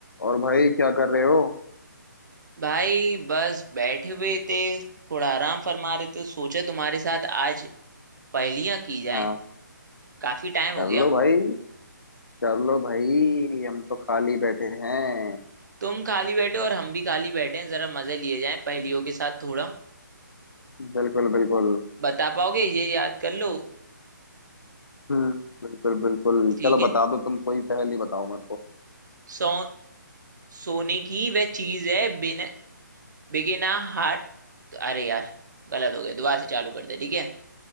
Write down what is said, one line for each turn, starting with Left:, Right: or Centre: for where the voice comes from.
Left: और भाई क्या कर रहे हो
Right: भाई बस बैठे हुए थे थोड़ा आराम फरमा रहे थे सोचे तुम्हारे साथ आज पहेलियां की जाएं
Left: हाँ
Right: काफी टाइम हो
Left: कर
Right: गया
Left: लो भाई कर लो भाई हम तो खाली बैठे हैं
Right: तुम खाली बैठे हो और हम भी खाली बैठे हैं जरा मजे लिए जाएं पहेलियों के साथ थोड़ा
Left: बिल्कुल बिल्कुल
Right: बता पाओगे ये याद कर लो
Left: हम्म बिल्कुल बिल्कुल
Right: ठीक
Left: चलो
Right: है
Left: बता दो तुम कोई पहेली बताओ मेरे को
Right: सो सोने की वह चीज है बिना बिके ना हाट अरे यार गलत हो गया दोबारा से चालू कर दे ठीक है